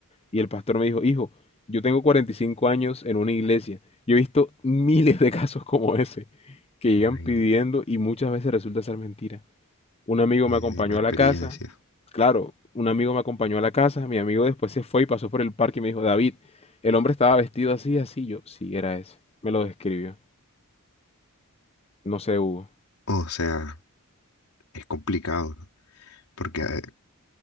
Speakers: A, on the left; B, on the left.
A: Y el pastor me dijo, hijo, yo tengo 45 años en una iglesia. Yo he visto miles de <laughs> casos como ese que llegan
B: Imagínate,
A: pidiendo y muchas veces resulta ser mentira. Un amigo
B: y
A: me acompañó
B: de la experiencia.
A: a la casa. Claro, un amigo me acompañó a la casa. Mi amigo después se fue y pasó por el parque y me dijo, David, el hombre estaba vestido así, así. Yo, sí, era ese. Me lo describió. No sé, Hugo.
B: O sea, es complicado, ¿no? porque, eh,